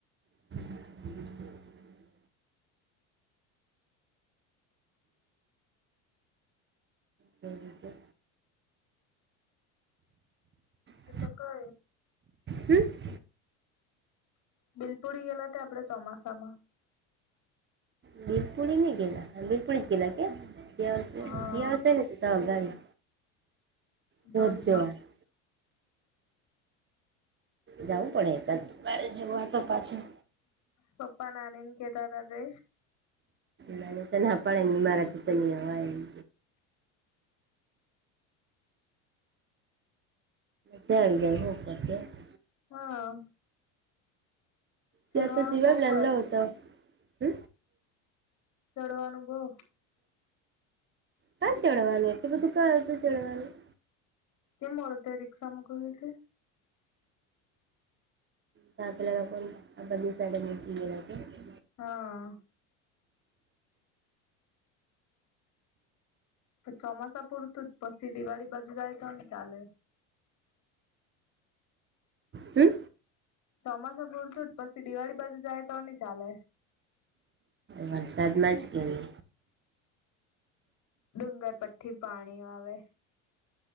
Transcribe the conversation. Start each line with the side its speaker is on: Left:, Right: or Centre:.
Right: <inaudible> થ જે છે <inaudible>
Left: તો કઈ <inaudible>
Right: હમ <unintelligible>
Left: બિલપુડી ગેલા તે આપડે ચોમાસામાં.
Right: બિલપુડી ની ગેલા બિલપુડી જ ગેલા કે તે દિવસે.
Left: હા
Right: ત ગ તો
Left: ધોધમાં
Right: જ જોવા <unintelligible> જવું પડે કયારે જવું તો પાછું.
Left: પપ્પા નાની ને જેતા તે.
Right: ના તને હા પણળની મારાથી તની વા એ <inaudible> ચાલ ગઈ શ કરકે <unintelligible>
Left: હા. ચડવાનું
Right: તે પછી સિવા
Left: બઉ
Right: લાલ્યો
Left: પર
Right: હતો હ.
Left: ચડવાનું બઉ.
Right: કા ચડવાનું એટલું બધું કંઇ હતું ચડવાનું.
Left: તે મોડુ રીક્ષામાં ગયા એટલે.
Right: તાપ લાગે બધી સાડી <unintelligible>
Left: હા. ચોમાસા પૂરતું જ પછી દિવાળી બાજુ જાય તો ની ચાલે.
Right: હમ.
Left: ચોમાસું પૂરતું જ પછી દિવાળી બાજુ જાય તો ની ચાલે.
Right: વરસાદમાં જ ગળે.
Left: ડુંગર પરથી પાણી આવે,